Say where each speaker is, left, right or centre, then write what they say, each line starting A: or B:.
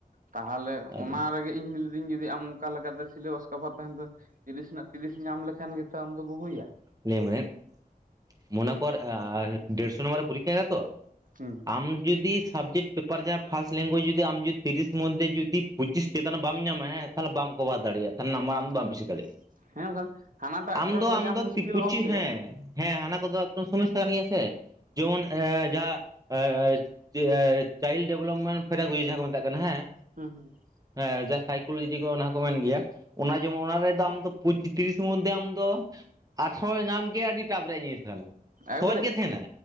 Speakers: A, on the right (about 60°); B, on the right (about 25°).
A: ᱛᱟᱦᱞᱮ
B: ᱟᱫᱚ
A: ᱚᱱᱟ ᱨᱮᱜᱮ ᱤᱧ ᱞᱤᱫᱟᱹᱧ ᱡᱩᱫᱤ ᱟᱢ ᱚᱱᱠᱟ ᱞᱮᱠᱟᱛᱮ ᱥᱤᱞᱮᱵᱟᱥ ᱠᱵᱷᱟᱨ ᱛᱟᱦᱮᱱ ᱛᱟ ᱛᱤᱨᱤᱥ ᱨᱮᱱᱟᱜ ᱛᱤᱨᱤᱥ ᱧᱟᱢ ᱞᱮᱠᱷᱟᱱ ᱜᱮᱛᱚ ᱟᱢ ᱫᱚᱢ ᱦᱩᱭᱟ
B: ᱞᱟᱹᱭ ᱟᱢ ᱠᱟᱹᱱᱟᱧ ᱦᱮᱸ ᱢᱚᱱᱮ ᱠᱚᱨ ᱰᱮᱲᱥᱚ ᱱᱟᱢᱵᱟᱨ ᱯᱚᱨᱤᱠᱠᱟᱭᱟ ᱦᱩᱭᱩᱜ ᱟ ᱛᱚ
A: ᱦᱩᱸ
B: ᱟᱢ ᱡᱩᱫᱤ ᱥᱟᱵᱡᱮᱠᱴ ᱯᱮᱯᱟᱨ ᱡᱟᱦᱟᱸ ᱯᱷᱟᱥᱴ ᱞᱮᱝᱜᱩᱭᱡᱽ ᱡᱩᱫᱤ ᱟᱢ ᱡᱩᱫᱤ ᱛᱤᱨᱤᱥ ᱢᱚᱫᱽᱫᱷᱮ ᱡᱩᱫᱤ ᱯᱚᱪᱤᱥ ᱪᱮᱛᱟᱱ ᱵᱟᱝ ᱧᱟᱢᱟ ᱦᱮᱸ ᱛᱟᱦᱞᱮ ᱵᱟᱢ ᱠᱚᱵᱷᱟᱨ ᱫᱟᱲᱮᱭᱟᱜᱼᱟ ᱛᱟᱦᱞᱮ ᱱᱟᱢᱵᱟᱨ ᱟᱢ ᱫᱚ
A: ᱦᱮᱸ
B: ᱵᱟᱢ ᱵᱤᱥᱤ ᱫᱟᱲᱮᱭᱟᱜᱼᱟ
A: ᱦᱮᱸ ᱵᱟᱠᱷᱟᱱ ᱦᱟᱱᱟᱴᱟᱜ
B: ᱟᱢ
A: ᱠᱚᱨᱮ
B: ᱫᱚ ᱟᱢ
A: ᱧᱟᱢ
B: ᱫᱚ
A: ᱢᱩᱥᱠᱤᱞᱚᱜ
B: ᱯᱩᱪᱤ
A: ᱟᱢ ᱥᱮ
B: ᱦᱮᱸ ᱦᱮᱸ ᱦᱟᱱᱟ ᱠᱚᱫᱚ ᱥᱚᱢᱚᱥᱥᱟ ᱠᱟᱱ ᱜᱮᱭᱟ ᱥᱮ ᱡᱮᱢᱚᱱ ᱡᱟᱦᱟᱸ ᱮ ᱪᱟᱭᱤᱞᱰ ᱰᱮᱵᱷᱞᱚᱯᱢᱮᱱᱴ ᱯᱷᱮᱲᱟᱜᱤᱷᱩᱭ ᱡᱟᱦᱟᱸ ᱠᱚ ᱢᱮᱛᱟᱜ ᱠᱟᱱᱟ ᱦᱮᱸ
A: ᱦᱩᱸ ᱦᱩᱸ
B: ᱦᱮᱸ ᱡᱟᱦᱟᱸ ᱥᱟᱭᱠᱳᱞᱚᱡᱤ ᱠᱚ ᱚᱱᱟ ᱠᱚ ᱢᱮᱱ ᱜᱮᱭᱟ ᱚᱱᱟ ᱡᱮᱢᱚᱱ ᱚᱱᱟ ᱨᱮᱫᱚ ᱟᱢ ᱫᱚ ᱯᱚᱸᱪᱤᱥ ᱛᱤᱨᱤᱥ ᱢᱚᱫᱽᱫᱷᱮ ᱟᱢ ᱫᱚ ᱟᱴᱷᱨᱚ ᱧᱟᱢ ᱜᱮᱭ ᱟᱹᱰᱤ ᱴᱟᱯ ᱨᱮᱭ ᱡᱤᱱᱤᱥ ᱠᱟᱱᱟ
A: ᱮᱠᱵᱟᱨᱮ
B: ᱥᱚᱦᱚᱡ ᱜᱮ ᱛᱟᱦᱮᱱᱟ